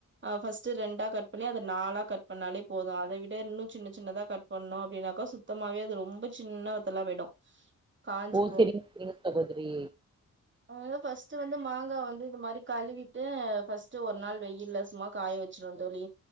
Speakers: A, on the right; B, on the right.
A: அ ஃபர்ஸ்ட்டு ரெண்டா கட் பண்ணி அத நாளா கட் பண்ணாலே போது அத விட இன்னு சின்ன சின்னதா கட் பண்ணோ அப்டின்னாக்கா சுத்தமாவே அது ரொம்ப சின்ன வத்தெல்லா போயிடு காஞ்சு
B: ஓ செரிங்க செரிங்க சகோதிரி
A: அதா ஃபர்ஸ்ட்டு வந்து மாங்காவ வந்து இதுமாரி கழுவிட்டு ஃபர்ஸ்ட்டு ஒரு நாள் வெயில்ல சும்மா காய வச் வச்சோ தோழி